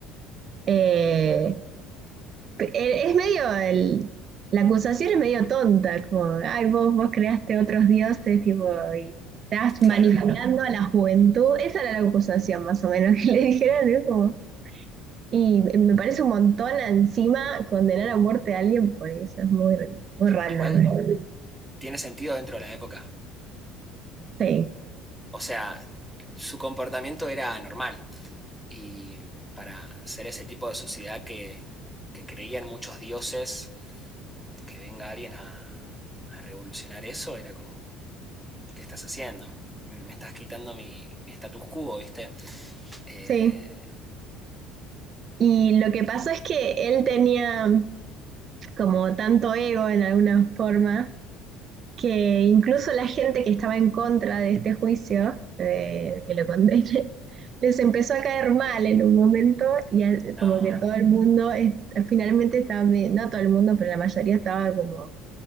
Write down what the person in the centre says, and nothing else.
Claro,
igual
tiene sentido dentro de la época.
O sea, su comportamiento era anormal. y para ser ese tipo de sociedad que, que creía en muchos dioses, que venga alguien a, a revolucionar eso, era como, ¿qué estás haciendo? Me, me estás quitando mi, mi status quo, ¿viste? Eh,
no,